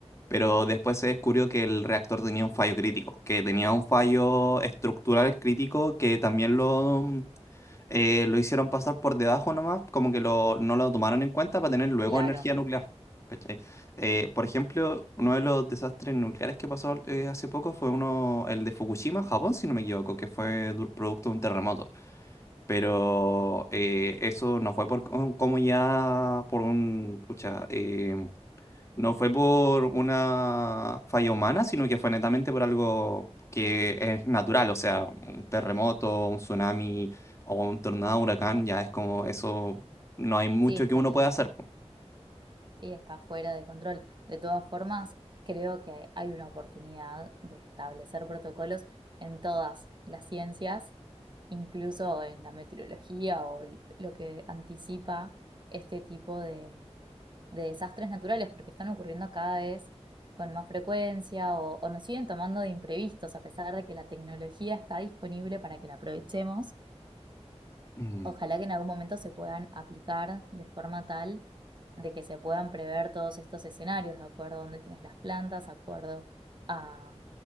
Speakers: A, on the left; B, on the right.
A: pero después se descubrió que el reactor tenía un fallo crítico, que tenía un fallo estructural crítico que también lo eh, lo hicieron pasar por debajo nomás, como que lo, no lo tomaron en cuenta para tener luego
B: Claro,
A: energía nuclear. ¿cachai? Eh, por ejemplo, uno de los desastres nucleares que pasó eh, hace poco fue uno, el de Fukushima, Japón, si no me equivoco, que fue du- producto de un terremoto. Pero eh, eso no fue por, como ya por un, pucha, eh, no fue por una falla humana, sino que fue netamente por algo que es natural, o sea, un terremoto, un tsunami o un tornado, un huracán, ya es como eso, no hay mucho
B: sí, está
A: que uno
B: medio...
A: pueda hacer. po.
B: Sí, está fuera de control. De todas formas, creo que hay una oportunidad de establecer protocolos en todas las ciencias, incluso en la meteorología o el- lo que anticipa este tipo de, de desastres naturales, porque están ocurriendo cada vez con más frecuencia o, o nos siguen tomando de imprevistos, a pesar de que la tecnología está disponible para que la aprovechemos.
A: Mm.
B: Ojalá que en algún momento se puedan aplicar de forma tal de que se puedan prever todos estos escenarios, de acuerdo a dónde tenés las plantas, de acuerdo a,